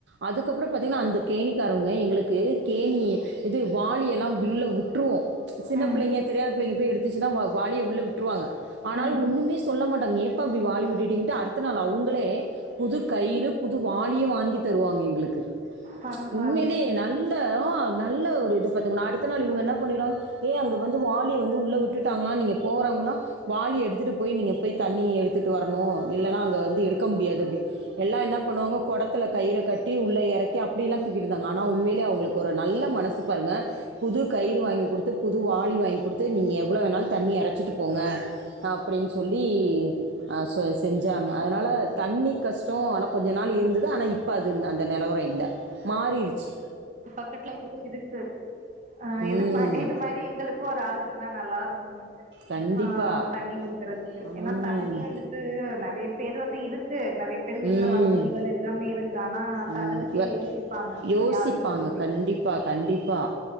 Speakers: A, on the right; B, on the right.
A: அதுக்கப்ற பாத்தீங்கனா அந்த கேணிக்காரவங்க எங்களுக்கு கேணி.. இது வாளி எல்லா வில்ல உட்.... விட்டு்ருவோ சின்ன
B: ம்
A: பிள்ளைங்க தெரியாத பிள்ளைங்க போய் எடுத்துச்சுன்னா வா வாளிய உள்ள விட்ருவாங்க ஆனாலு
B: ம்
A: ஒன்னுமே சொல்ல மாட்டாங்க ஏம்ப்பா இப்படி வாளி விட்டுட்டிங்கன்ட்டு அடுத்த நாள் அவுங்களே... புது கயிறு புது வாளியே வாங்கி தருவாங்க எங்களுக்கு..
B: பரவால்ல
A: உண்மைலயே நல்ல நல்ல இது பாத்துங்க நா அடுத்த நாள் இவங்க என்ன பண்ணிடுவாங்க ஏ அங்க வந்து வாளிய வந்து உள்ள விட்டுட்டாங்களா நீங்க போறவங்களா.. வாளி எடுத்துட்டு போய் நீங்க போய் தண்ணி எடுத்துட்டு வரணு இல்லனா அங்க வந்து இருக்க முடியாது அப்டி எல்லா என்ன பண்ணுவாங்க குடத்துல கயிற கட்டி உள்ள எறக்கி அப்டியெல்லா தூக்கிட்டு இருந்தாங்க ஆனா உண்மையிலே அவங்களுக்கு... கொருநல்ல மனசு பாருங்க புது கயிறு வாங் <unintelligible> குடுத்து புது வாலி வாங்கி குடுத்து நீங்க எவ்வள வேணாலு தண்ணி எரைச்சிட்டு போங்க அப்டின்னு சொல்லி.... அ செ செஞ்சாங்க அதனால தண்ணி கஷ்டம் ஆனா கொஞ்ச நாள் இருந்தது ஆனா இப் இப்ப அது இல்ல அந்த நெலவரம் இல்ல மாறிடுச்சு
B: பக்கத்துல <inaudible> இருக்கு அ
A: ம்
B: இது இது மாரி எங்களுக்கு ஒரு ஆள் இருந்தா நல் நல்லா இருக்கும்
A: கண்டிப்பாக
B: அ தண்ணி குடுக்குறதுக்கு
A: ம்
B: ஏன்னா தண்ணி வந்து இருந்துட்டு நறைய பேரு வந்து இது க்கு நறைய பேர் வீட்டுல
A: ம்
B: வசதிகள் எல்லாமே இருக்கு ஆனா
A: ம்,
B: தரதுக்கே
A: இவ-
B: யோசிப்பாங்க..
A: யோசிப்பாங்க
B: யாரா இருந்தாலுமே
A: கண்டிப்பா கண்டிப்பா